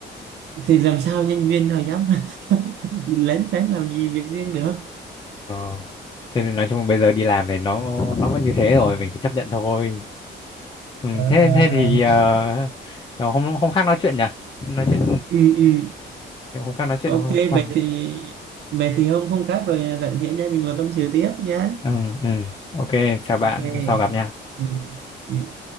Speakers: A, on the right (about 60°); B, on the left (about 25°).
A: thì làm sao nhân viên nào dám <laughs> lén phén làm gì việc riêng được
B: Ờ, thế nên nói chung bây giờ đi làm này nó nó vẫn như thế rồi mình cứ chấp nhận thôi ừ,
A: ờ
B: thế
A: ờ
B: thế thì
A: ờ.
B: ờ, ờ, hôm hôm khác nói chuyện nhỉ nói chuyện
A: ừ ừ
B: hôm khác nói
A: ok
B: chuyện hôm sau
A: vậy thì vậy thì hôm hôm khác rồi à, rảnh thì nha mình ngồi tâm sự tiếp nhá
B: ừ, ừ. ok chào
A: ok
B: bạn hôm sau gặp nha
A: ừ ừ